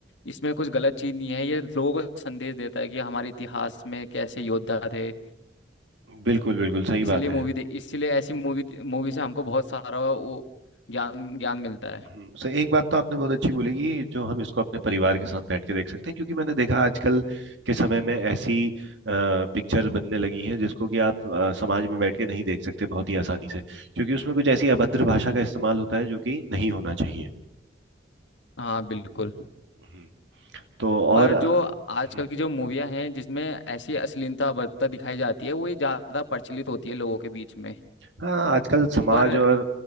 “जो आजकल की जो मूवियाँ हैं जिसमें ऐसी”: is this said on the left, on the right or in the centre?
Left